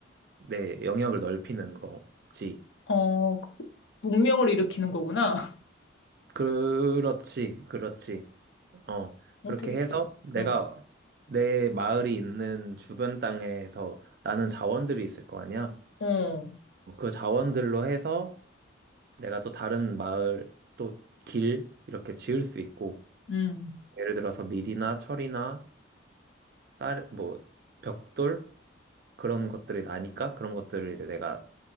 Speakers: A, on the right; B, on the left.
A: 내 영역을 넓히는 거지.
B: 어, 그 문명을 일으키는 거구나. <laughs>
A: 그렇지, 그렇지. 어,
B: 어,
A: 그렇게
B: 되게 재밌,
A: 해서 내가
B: 어,
A: 내 마을이 있는 주변 땅에서 나는 자원들이 있을 거 아니야.
B: 어,
A: 그 자원들로 해서 내가 또 다른 마을, 또 길 이렇게 지을 수 있고
B: 음.
A: 예를 들어서 밀이나 철이나 딸, 뭐, 벽돌? 그런 것들이 나니까 그런 것들을 이제 내가